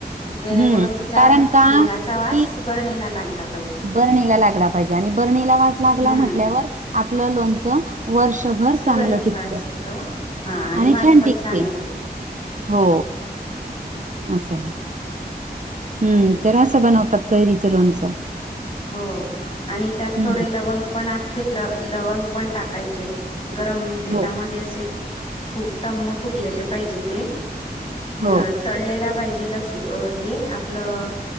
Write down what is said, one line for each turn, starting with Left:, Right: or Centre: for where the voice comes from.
Left: जेणेकरून
Right: हं,
Left: तिचा
Right: कारण का
Left: हिंगाचा वास
Right: की
Left: बरणीला लागला पाहिजे
Right: बरणीला लागला पाहिजे आणि बरणी ला वास लागला
Left: हम्म
Right: म्हटल्यावर आपलं लोनचं वर्षभर
Left: सुगंधी
Right: चांगलं टिकत
Left: वास येतो हा
Right: आणि
Left: वास
Right: छान
Left: पण
Right: टिकते
Left: येतो
Right: हो असं आहे. हम्म
Left: तेच
Right: तर असं बनवतात कैरीचं लोणचं.
Left: हो आणि त्यात
Right: हम्म
Left: थोडे लवंग पण अख्खे ल लवंग पण टाकायचे गरम तेलामध्ये
Right: हो
Left: असे फु टम्म फुगलेले पाहिजे ते अह
Right: हो
Left: तळलेला पाहिजे लस हे आपलं